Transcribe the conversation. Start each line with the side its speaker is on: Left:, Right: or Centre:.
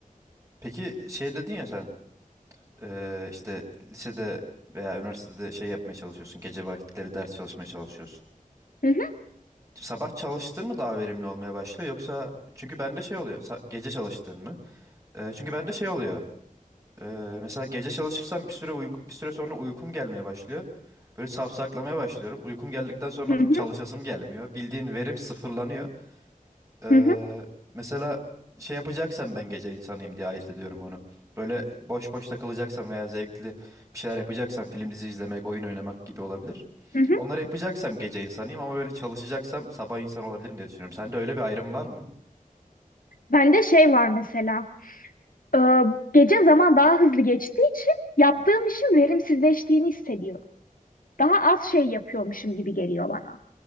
Right: Peki şey dedin ya sen eee, işte lisede veya üniversitede şey yapmaya çalışıyorsun. Gece vakitleri ders çalışmaya çalışıyorsun.
Left: Hı hı,
Right: Sabah çalıştığın mı daha verimli olmaya başlıyor yoksa çünkü bende şey oluyor. sa- Gece çalıştığın mı? Eee, çünkü bende şey oluyor. eee, mesela gece çalışırsam bir süre uyku, bir süre sonra uykum gelmeye başlıyor. Böyle safsaklamaya başlıyorum. Uykum geldikten sonra
Left: hı hı,
Right: da çalışasım gelmiyor. Bildiğin verim sıfırlanıyor. Eee,
Left: hı hı.
Right: mesela şey yapacaksan ben gece insanıyım diye ayırt ediyorum onu. Böyle boş boş takılacaksan veya zevkli bir şeyler yapacaksan film dizi izlemek, oyun oynamak gibi olabilir.
Left: hı hı.
Right: Onları yapacaksam gece insanıyım ama böyle çalışacaksam sabah insan olabilirim diye düşünüyorum. Sende öyle bir ayrım var mı?
Left: Bende şey var mesela. e, Gece zaman daha hızlı geçtiği için yaptığım
Right: Hı hı.
Left: işin verimsizleştiğini hissediyorum. Daha az şey yapıyormuşum gibi geliyor bana.